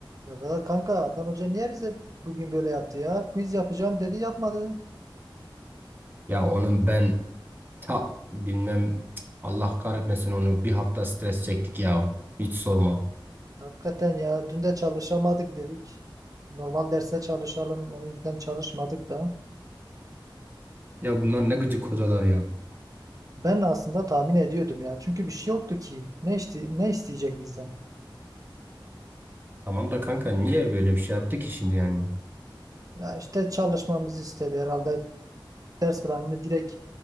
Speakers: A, on the right; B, on the right.
A: Ya Vedat kanka Adnan Hoca niye bize bugün böyle yaptı ya? Quiz yapacağım dedi yapmadı.
B: Ya onun ben ta bilmem Allah kahretmesin onu bir hafta stres çektik ya. Hiç sorma.
A: Hakikaten ya dün de çalışamadık dedik. Normal derse çalışalım o yüzden çalışmadık da.
B: Ya bunlar ne gıcık hocalar ya.
A: Ben aslında tahmin ediyordum ya. Çünkü bir şey yoktu ki. Ne işte ne isteyecek bizden?
B: Tamam da kanka niye böyle bir şey yaptı ki şimdi yani?
A: Ya işte çalışmamızı istedi herhalde. Ders planını direkt